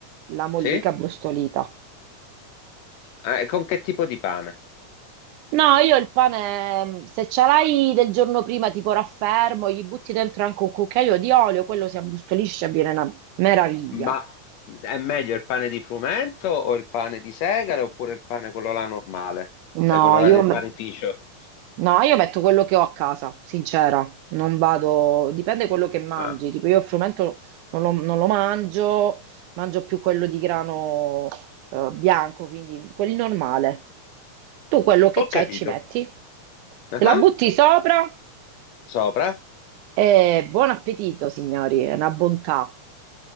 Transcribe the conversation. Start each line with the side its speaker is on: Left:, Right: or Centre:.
Right: la mollica
Left: Sì?
Right: brustolita.
Left: Eh, con che tipo di pane?
Right: No, io il pane, se ce l'hai del giorno prima, tipo raffermo, gli butti dentro anche un cucchiaio di olio, quello si abbrustolisce e viene una meraviglia.
Left: Ma è meglio il pane di frumento o il pane di segale oppure il pane quello là normale? Cioè
Right: No,
Left: quello là
Right: io
Left: del panificio?
Right: me- No, io metto quello che ho a casa, sincera, non vado, dipende quello che mangi,
Left: Ah,
Right: tipo io il frumento non lo, non lo mangio, mangio più quello di grano eh, bianco, quindi quelli normale. Tu quello che
Left: ho
Right: c'hai
Left: capito.
Right: ci metti,
Left: Ah,
Right: te la butti sopra
Left: Sopra?
Right: e buon appetito, signori, è una bontà,